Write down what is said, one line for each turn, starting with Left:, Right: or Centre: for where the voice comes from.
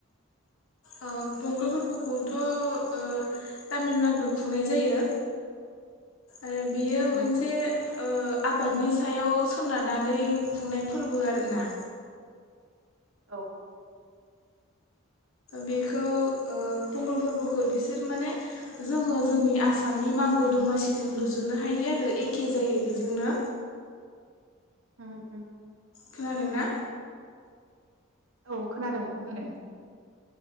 Left: ओ फंगल फोरबोखौथ' ओ तामिलनाडुआव खुंनाय जायो आरो बियो
Right: औ
Left: मोनसे ओ आबादनि सायाव सोनारनानै खुंनाय फोरबो आरोना
Right: औ औ।
Left: बेखौ ओ पंगल फोरबोखौ बिसोर माने जोङो जोंनि आसामनि मागो दमासिजों रुजुनो हायो आरो एखे जायो बेजोंनो।
Right: उम उम
Left: खोनादों ना?
Right: औ खोनादों खोनादों।